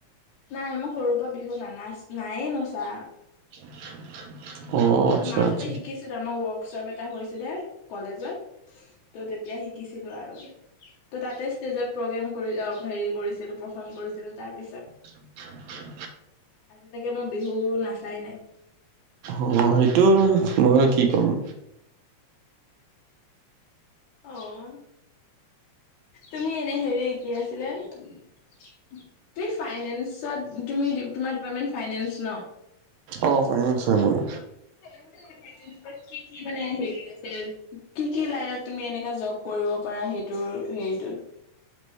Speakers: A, on the left (about 80°); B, on the right (about 75°).
A: নাই, মই সৰুৰ পৰা বিহু নানাচ, নায়ে নচা।
B: <unintelligible> অ' আচ্ছা
A: মাজতে
B: আচ্ছা
A: শিকিছিলো, আমাৰ ৱৰ্কশ্বপ এটা হৈছিলে কলেজত ত' তেতিয়া শিকিছিলো আৰু। ত' তাতে ষ্টেজত প্ৰগ্ৰেম কৰি হেৰি কৰিছিলো, পাৰফৰ্ম কৰিছিলো। তাৰ পিছত,
B: <inaudible>
A: আজিলৈকে মই বিহু নাচাই নাই
B: অ' সেইটো আৰু, মই আৰু কি ক'ম
A: আহ তুমি এনেই হেৰি, কি আছিলে তুমি ফাইনেন্সত, তুমি তোমাৰ ডিপাৰ্টমেন্ট ফাইনেন্স ন?
B: অ' ফাইনেন্স হয় মোৰ
A: হে মানে হে তেনেকুৱা, কি কি মানে হেৰি আছে? কি কি লাইনত তুমি এনেকা জব কৰিব পাৰা সেইটোৰ হেৰিটোত?